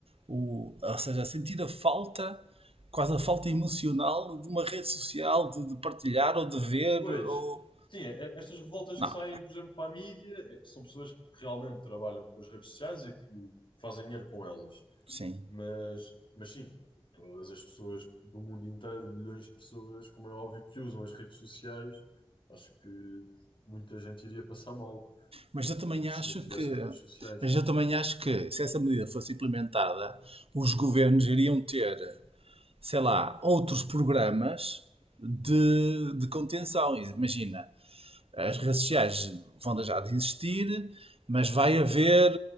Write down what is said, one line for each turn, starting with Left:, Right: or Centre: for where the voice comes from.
Right: o, ou seja, sentir a falta, quase a falta emocional de uma rede social, de, de partilhar ou de ver,
Left: Pois,
Right: ou.
Left: sim, é- é- estas revoltas
Right: Não,
Left: que saem, por exemplo, para a mídia, é- são pessoas que realmente trabalham com as redes sociais e que fazem dinheiro com elas.
Right: sim.
Left: Mas, mas sim, todas as pessoas do mundo inteiro, milhões de pessoas, como é óbvio, que usam as redes sociais, acho que muita gente iria passar mal
Right: Mas eu também
Left: se
Right: acho
Left: não tivesse
Right: que,
Left: as redes sociais.
Right: mas eu também acho que se essa medida fosse implementada, os governos iriam ter, sei lá, outros programas de, de contenção. Imagina, As redes sociais vão deixar de existir, mas vai haver,